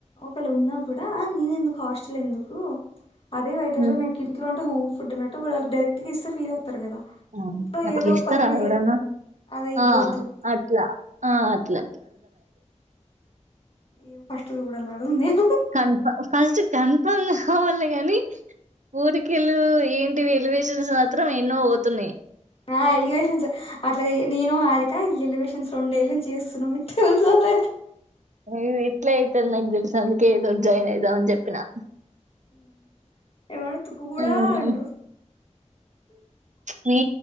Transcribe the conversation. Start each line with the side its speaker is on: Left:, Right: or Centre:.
Left: ఒకళ ఉన్నా కూడా నేన ఎందుకు హాస్టల్ ఎందుకు ఉ అదే ఫైవ్ థౌజండ్
Right: ఉమ్.
Left: మీకు ఇంట్లో ఉంటే హోమ్ ఫుడ్ అన్నట్టు వాళ్ళకి డైరెక్ట్గా ఇస్త ఫీల్ అవుతారు కదా
Right: ఆ,
Left: ఇంట్లో
Right: అట్లా
Left: ఏదో ఒక
Right: ఇస్తారా
Left: పరం చేయదు
Right: ఎవడన్నా
Left: అదే ఇవ్వద్దు
Right: ఆ, అట్లా ఆ, అట్లా
Left: ఏం ఫస్ట్ చూడాల ఆడ నేను
Right: కన్ ఫ కలసి కన్ఫమ్. పోవల్లే గాని ఊరికేళ్ళు ఏంటి వెలువేసిన సాత్రం ఎన్నో పోతున్నాయి.
Left: ఆ ఎలివేషన్స్ అట్లా నేను హారిక ఈ ఎలివేషన్స్ రెండేళ్ళ నుంచి చేస్తున్నా మీకు తెలస లేదు.
Right: లేదు ఇట్లా అయితంది నాక్ దెల్సు అందుకే ఏదో జాయిన్ అయిదాం అని జెప్పినా.
Left: ఇ ఎమో తుక్కు గూడ
Right: ఉమ్,
Left: ఉంటు.
Right: నీ